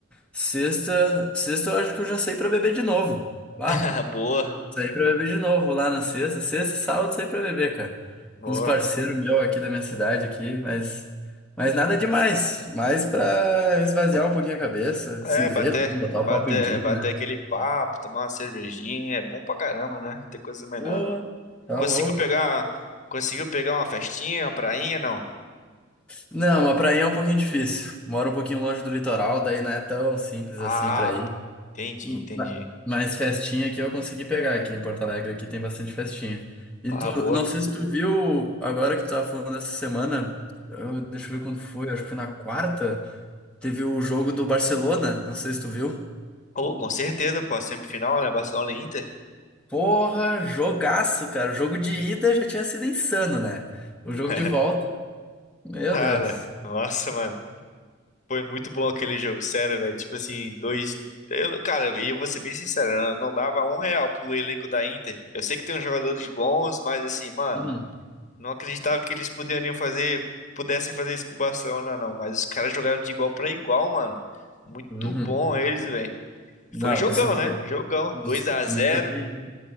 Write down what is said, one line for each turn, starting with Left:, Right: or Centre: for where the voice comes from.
Centre: Sexta, sexta eu acho que eu já saí para beber de novo. Ah,
Left: Ah, Boa,
Centre: Saí pra beber de novo lá na sexta. Sexta e sábado saí pra beber, cara.
Left: boa.
Centre: Com uns parceiros meus aqui da minha cidade aqui, mas, mas nada demais. Mais pra esvaziar um pouquinho a cabeça,
Left: É,
Centre: se ver,
Left: bater,
Centre: também, botar
Left: bater,
Centre: o papo em dia,
Left: bater
Centre: né?
Left: aquele papo, tomar uma cervejinha, é bom pra caramba, né? Tem coisa melhor,
Centre: Pô,
Left: não.
Centre: tá
Left: Conseguiu
Centre: louco.
Left: pegar, conseguiu pegar uma festinha, uma prainha, não?
Centre: Não, mas pra ir é um pouquinho difícil. Moro um pouquinho longe do litoral, daí não é tão simples
Left: Ah,
Centre: assim pra ir.
Left: entendi,
Centre: Ma-
Left: entendi.
Centre: Mas festinha aqui eu consegui pegar aqui em Porto Alegre, aqui tem bastante festinha. E
Left: Ah,
Centre: tu,
Left: boa.
Centre: não sei se tu viu, agora que tu tava falando essa semana, eu- deixa eu ver quando foi, acho que foi na quarta, teve o jogo do Barcelona, não sei se tu viu.
Left: Oh, com certeza, pô, semifinal, né? Barcelona e Inter.
Centre: Porra, jogaço, cara. O jogo de ida já tinha sido insano, né? O jogo
Left: <laughs>
Centre: de volta, meu
Left: Cara,
Centre: Deus.
Left: nossa, mano. Foi muito bom aquele jogo, sério, velho. Tipo assim, dois. Eu, cara, e eu vou ser bem sincero, eu não dava um real pro elenco da Inter. Eu sei que tem uns jogadores bons, mas assim, mano,
Centre: Uhum.
Left: não acreditava que eles poderiam fazer, pudessem fazer isso com o Barcelona, não. Mas os caras jogaram de igual pra igual, mano. Muito
Centre: Uhum.
Left: bom eles, velho.
Centre: Não,
Left: Foi um jogão,
Centre: me surpreendi.
Left: né? Jogão.
Centre: Me,
Left: dois a
Centre: me
Left: zero
Centre: surpreendi.